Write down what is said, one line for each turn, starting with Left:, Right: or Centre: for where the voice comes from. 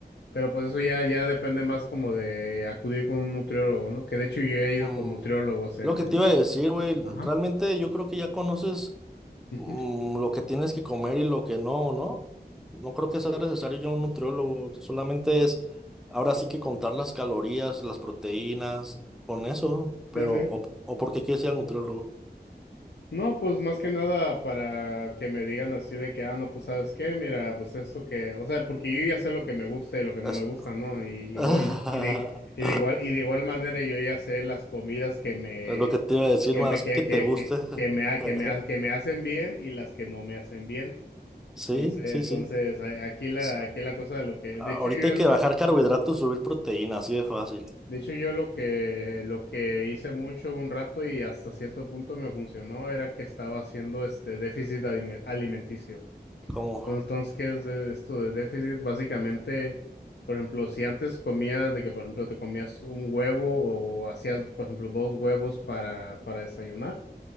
Left: pero pues eso ya, ya depende más como de acudir con un nutriólogo, ¿no? Que de hecho yo he ido
Centre: Mm,
Left: con nutriólogos en,
Centre: Lo que
Left: en...
Centre: te iba a decir, güey,
Left: Ajá.
Centre: realmente yo creo que ya conoces
Left: Ujú.
Centre: mm, lo que tienes que comer y lo que no, ¿no? No creo que sea necesario yo un nutriólogo, solamente es ahora sí que contar las calorías, las proteínas, con eso, pero
Left: Sí, sí.
Centre: o, o por qué quieres ir al nutriólogo.
Left: No, pues más que nada para que me digan así de que, ah, no, pues sabes qué, mira, pues esto que, o sea, porque yo ya sé lo que me gusta y lo que no
Centre: Es,
Left: me gusta, ¿no? Y,
Centre: <laughs>
Left: igual- y, de, y de- y de igual, y de igual manera yo ya sé las comidas que me,
Centre: es lo que te iba a decir,
Left: que
Centre: más
Left: me, que,
Centre: que
Left: que,
Centre: te guste.
Left: que, que me, ha-
Centre: <laughs>
Left: que me, ha- que me hacen bien y las que no me hacen bien.
Centre: Sí,
Left: Entonces, entonces
Centre: sí, sí.
Left: a- aquí la,
Centre: S-
Left: aquí la cosa de lo que,
Centre: Ahorita
Left: de hecho yo,
Centre: hay que bajar carbohidratos, subir proteínas, así de fácil.
Left: De hecho, yo lo que, lo que hice mucho un rato y hasta cierto punto me funcionó era que estaba haciendo este déficit alime- alimenticio.
Centre: ¿Cómo?
Left: Entonces, entonces, ¿qué es eh, esto de déficit? Básicamente, por ejemplo, si antes comías de que, por ejemplo, te comías un huevo o hacías, por ejemplo, dos huevos para, para desayunar,